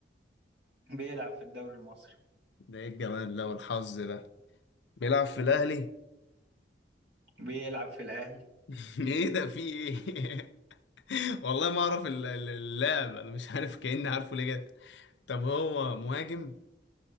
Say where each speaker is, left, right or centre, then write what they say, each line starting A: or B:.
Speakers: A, on the right; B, on the left.
A: بيلعب في الدوري المصري
B: ده ايه الجمال ده والحظ ده بيلعب في الاهلي
A: بيلعب في الأهلي
B: <laughs> ايه ده في ايه <laughs> والله ما اعرف ال- ال- اللاعب انا مش عارف كأني عارفه ليه كده طب هو مهاجم